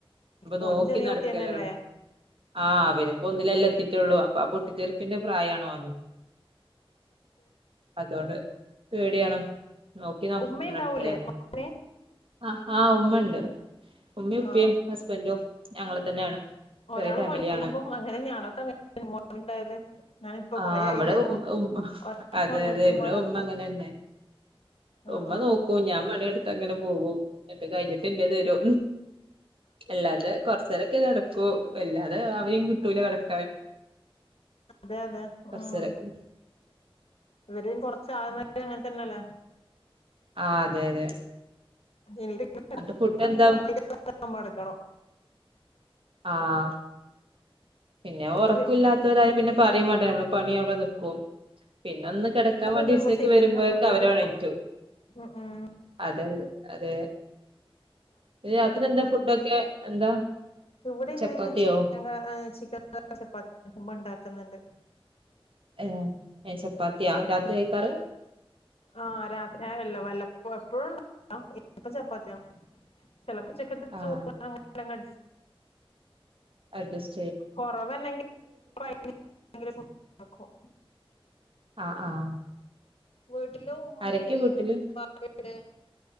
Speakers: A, on the right (about 65°); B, on the left (about 85°).
A: അപ്പൊ
B: മോന്
A: നോക്കി
B: ചെറിയ
A: നടക്കല്ലാണ്
B: കുട്ടി തന്നെയല്ലേ
A: ആഹ് അവനിപ്പൊ ഒന്നിലെല്ലാത്തിട്ട് ലുള്ളു അപ്പൊ ആ പൊട്ടിത്തെറിപ്പിന്റെ പ്രായാണുഓന് അതൊണ്ട് പേടിയാണ് നോക്കി നോ
B: ഉമ്മയുണ്ടാവൂലേ
A: നടക്കലന്നെ
B: മോനെ
A: ആ ആ ഉമ്മെണ്ട് ഉമ്മയും
B: ആ
A: ഉപ്പയും ഹസ്ബൻഡും ഞങ്ങൾ തന്നെയാണ്
B: ഒരാപ്
A: ചെറിയ ഫാമിലിയാണ്
B: ഇപ്പോ പണിയെടുക്കുമ്പോ അങ്ങനെ ഞാനൊക്കെ മോനുണ്ടായത് ഞാന് ഇപ്പൊ
A: ആഹ്
B: കൊറേ ആയില്ല
A: ഇവിടെ ഉം
B: അ
A: ഉം
B: ഒരാൾപണിയെടുക്കുമ്പോ
A: അതെ അതെ ഇവിടെ
B: ഒരാള്
A: ഉമ്മ അങ്ങനെന്നെ
B: ആഹ്
A: ഉമ്മ
B: ആഹ്.
A: നോക്കും ഞാൻ പണിയെടുത്ത് അങ്ങനെ കു കഴിഞ്ഞിട്ട്ന്റെ തീരു അല്ലാതെ കൊറച്ചരൊക്കെ കാണും. കു വല്ലാതെ അവയും കിട്ടൂല കറക്
B: അതെയതെ
A: കൊറച്ചേരൊക്കെ
B: ഉം ഇവരേം കൊറച്ചാന്ന് അങ്ങനെ തന്നല്ലേ.
A: ആഹ് അതെ അതെ
B: <unintelligible>
A: എന്നിട്ട് ഫുഡ് എന്താ
B: <inaudible> മടക്കണം.
A: ആഹ് പിന്നെ ഒറക്കില്ലാത്തവരായ
B: ഒരു-
A: പിന്നെ പറയും വേണ് നമ്മള് പണി അവിടെ നിക്കും. പിന്നെ ഒന്ന് കിടക്കാൻ
B: അത്
A: വേണ്ടി വിസത്തേക്ക്
B: നമ്മുടെ ശരീരത്തിന്
A: വരുമ്പോഴൊക്കെ
B: വളരെ
A: അവരെണീറ്റു.
B: ബുദ്ധിമുട്ട് ഉം ഉം.
A: അതെ അതെ രാത്രി എന്താ ഫുഡൊക്കെ എന്താ
B: ഇവിടെ ഇന്ന്
A: ചപ്പാത്തിയോ?
B: ചിക്കൻ ചിക്കൻ ചപ്പാത്തി ഉമ്മ ഇണ്ടാക്കുന്നുണ്ട്.
A: ഏ ഹ് ചപ്പാത്തിയാ രാത്രി കഴിക്കാറ്?
B: ആഹ് രാത്രി ആഹ് അല്ല വല്ലപ്പോഴും എപ്പഴുണ്ടാകില്ല ഇപ്പ ചപ്പാത്തിയ. ചെലപ്പോ ചപ്പാതി
A: ആഹ്
B: ചോറ് അങ്ങനങ്ങട്ജസ്റ്റ്
A: അഡ്ജസ്
B: കൊറവല്ലെങ്കി <inaudible> ക്കുണ്ടാക്കും
A: ആഹ് ആഹ്
B: വീട്ടില് ഉമ്മെണ്ട്
A: ആരൊക്കെ വീട്ടില്
B: ബാപ്പെണ്ട്.